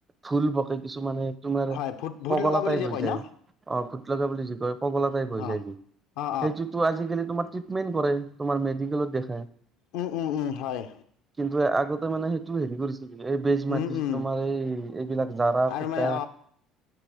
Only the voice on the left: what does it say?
হয় ভূত ভূত
লগা বুলি
যে
কয়
ন
অঁ
অঁ
উম উম উম হয়
উম উম
আৰু
মানে